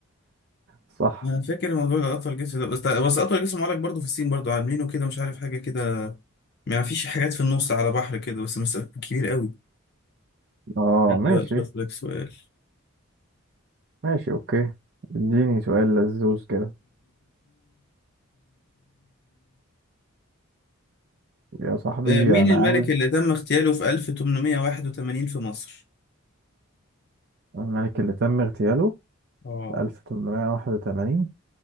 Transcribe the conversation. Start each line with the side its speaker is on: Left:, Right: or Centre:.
Right: صح
Left: أنا فاكر الموضوع ده أطول جسر ده بس بس أطول جسر معلق برضه في الصين برضه عاملينه كده مش عارف حاجة كده ما فيش حاجات في النص على بحر كده بس مسافة كبير أوي
Right: اه
Left: دلوقتي
Right: ماشي
Left: أشوف لك سؤال
Right: ماشي اوكي اديني سؤال لذوذ كده يا صاحبي
Left: آه، مين
Right: أنا
Left: الملك
Right: عاوز
Left: اللي تم اغتياله في 1881 في مصر؟
Right: الملك اللي تم اغتياله
Left: اه
Right: في 1881